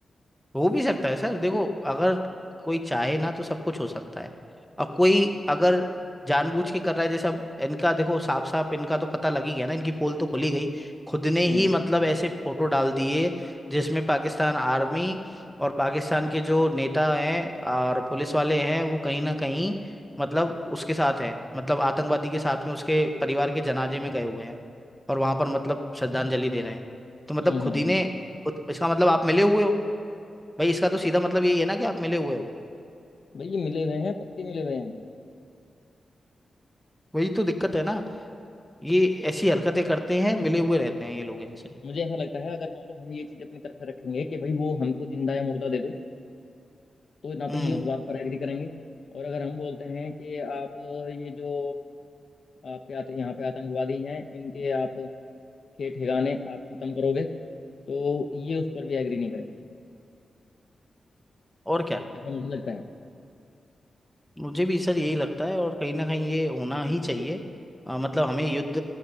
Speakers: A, in the centre; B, on the left.
A: हो भी सकता है सर देखो अगर कोई चाहे ना तो सब कुछ हो सकता है और कोई अगर जानबूझ के कर रहा है जैसे अब इनका देखो साफ साफ इनका तो पता लग ही गया ना इनकी पोल तो खुली गई खुद ने
B: हम्म
A: ही मतलब ऐसे फोटो डाल दिए जिसमें पाकिस्तान आर्मी और पाकिस्तान के जो नेता हैं और पुलिस वाले हैं वो कहीं ना कहीं मतलब उसके साथ हैं मतलब आतंकवादी के साथ में उसके परिवार के जनाजे में गए हुए हैं और वहां पर मतलब श्रद्धांजलि दे रहे हैं तो मतलब
B: हम्म
A: खुद
B: हम्म
A: ही ने
B: हम्म।
A: इसका मतलब आप मिले हुए हो भाई इसका तो सीधा मतलब यही है ना कि आप मिले हुए हो
B: भाई ये मिले हुए हैं पक्के मिले हुए हैं
A: वही तो दिक्कत है ना ये ऐसी हरकतें करते हैं मिले हुए रहते हैं ये लोग इनसे
B: मुझे ऐसा लगता है अगर मान लो हम ये चीज अपनी तरफ से रखेंगे कि भाई वो हमको जिंदा या मुर्दा दे दो तो ना तो
A: हम्म
B: ये उस बात पर एग्री करेंगे और अगर हम बोलते हैं कि आप ये जो आपके आत, यहाँ पे आतंकवादी हैं इनके आप ठे ठिकाने आप खत्म करोगे तो ये उस पर भी एग्री नहीं करेंगे
A: और क्या
B: ऐसा मुझे लगता है
A: मुझे भी सर यही लगता है और कहीं ना कहीं ये होना ही चाहिए अ, मतलब हमें युद्ध